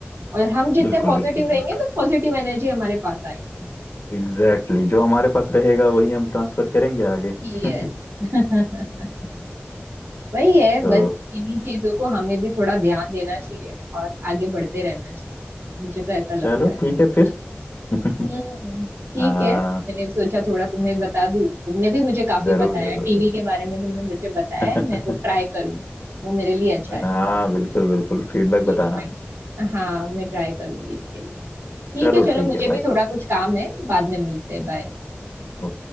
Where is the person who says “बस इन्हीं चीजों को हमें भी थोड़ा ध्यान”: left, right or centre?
Right